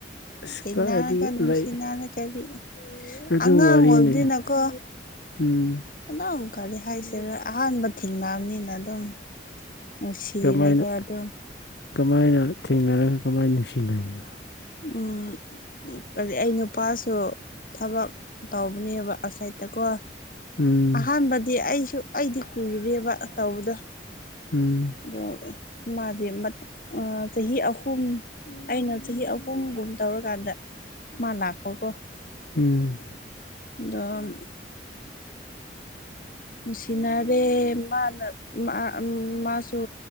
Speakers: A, on the left (about 70°); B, on the left (about 50°).
A: ꯑꯁ
B: ꯊꯦꯡꯅꯔꯒ
A: ꯀꯥꯏꯗꯒꯤ
B: ꯅꯨꯡꯁꯤꯅꯔꯒꯗꯤ
A: ꯂꯩ ꯑꯗꯨ
B: ꯑꯉꯥꯡ
A: ꯋꯥꯔꯤꯅꯦ
B: ꯑꯣꯏꯕꯅꯤꯅꯀꯣ
A: ꯎꯝ
B: ꯑꯗꯨꯝ ꯀꯔꯤ ꯍꯥꯏꯁꯤꯔ ꯑꯍꯥꯟꯕ ꯊꯦꯡꯅꯕꯅꯤꯅ ꯑꯗꯨꯝ ꯅꯨꯡꯁꯤꯔꯒ
A: ꯀꯃꯥꯏꯅ
B: ꯑꯗꯨꯝ
A: ꯀꯃꯥꯏꯅ ꯊꯦꯡꯅꯔꯒ ꯀꯃꯥꯏꯅ ꯅꯨꯡꯁꯤꯅꯔꯤꯅꯣ
B: ꯎꯝ ꯀꯔꯤ ꯑꯩ ꯅꯨꯄꯥꯁꯨ ꯊꯕꯛ ꯇꯧꯕꯅꯦꯕ ꯑꯥꯎꯠꯁꯥꯏꯠꯇꯀꯣ
A: ꯎꯝ
B: ꯑꯍꯥꯟꯕꯗꯤ ꯑꯩꯁꯨ ꯑꯩꯗꯤ ꯀꯨꯏꯔꯦꯕ ꯇꯧꯕꯗꯣ
A: ꯎꯝ
B: ꯑꯗꯣ ꯃꯥꯗꯤ ꯆꯍꯤ ꯑꯍꯨꯝ ꯑꯩꯅ ꯆꯍꯤ ꯑ ꯍꯨꯝ ꯒꯨꯝ ꯇꯧꯔꯀꯥꯟꯗ ꯃꯥ ꯂꯥꯛꯄꯀꯣ
A: ꯎꯝ
B: ꯗꯝ ꯃꯁꯤꯅꯔꯦ ꯃꯥꯅ ꯃꯥ ꯑꯃꯥꯁꯨ ꯁꯨ